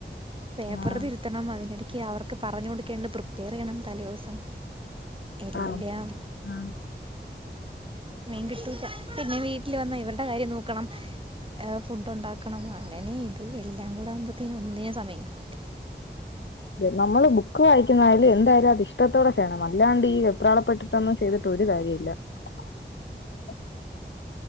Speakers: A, on the right; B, on the left.
A: പേപ്പർ
B: ആഹ്
A: തിരുത്തണം അതിനിടക്ക് അവർക്ക് പറഞ്ഞു കൊടുക്കണ്ട് പ്രിപ്പയർ ചെയ്യണം തലേ ദിവസം എല്ലാം
B: ആഹ് ആഹ്
A: മീൻ കിട്ടൂല പിന്നെ വീ വീട്ടിൽ വന്ന ഇവരുടെ കാര്യം നോക്കണം ഫുഡ് ഉണ്ടാക്കണം അങ്ങനെ ഇത് എല്ലാം കൂടെ ആകുമ്പോത്തേനും ഒന്നിനും സമയം കിട്ടില്ല
B: നമ്മള് ബുക്ക് വായിക്കുന്ന ആയാലും എന്തായാലും അതിഷ്ടം ഇഷ്ടത്തോടെ ചെയ്യണം അല്ലാണ്ട് ഈ വെപ്രാളപ്പെട്ടിട്ടൊന്നും ചെയ്തിട്ട് ഒരു കാര്യം ഇില്ല <inaudible>